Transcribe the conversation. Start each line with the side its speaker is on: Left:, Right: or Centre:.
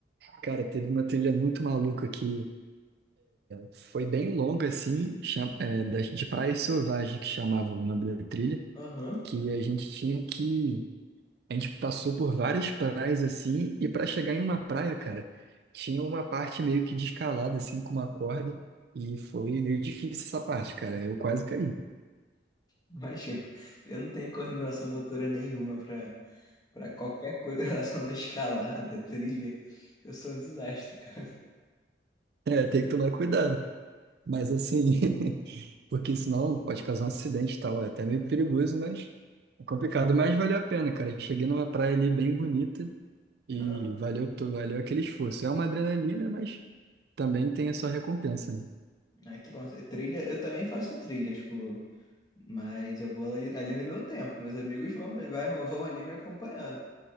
Right: Cara, teve uma trilha muito maluca que foi bem longa, assim, cham- é, das- de Praia Selvagem, que chamava o nome da trilha.
Left: Aham,
Right: que a gente tinha que. A gente passou por várias praias assim, e para chegar em uma praia, cara, tinha uma parte meio que descalada, assim, com uma corda, e foi meio difícil essa parte, cara. Eu quase caí.
Left: imagina. Eu não tenho coordenação motora nenhuma pra, pra qualquer coisa <laughs> em relação da escalada, trilha. Eu sou um desastre, cara.
Right: É, tem que tomar cuidado. Mas assim, <laughs> porque senão pode causar um acidente e tal. É até meio perigoso, mas é complicado. Mas valeu a pena, cara. Cheguei numa praia ali bem bonita e
Left: Ah,
Right: valeu, to- valeu aquele esforço. É uma adrenalina, mas também tem a sua recompensa, né?
Left: ah, que bom. Trilha, eu também faço trilha, tipo, mas eu vou ali, ali no meu tempo. Meus amigos vão, vai, vão ali me acompanhando.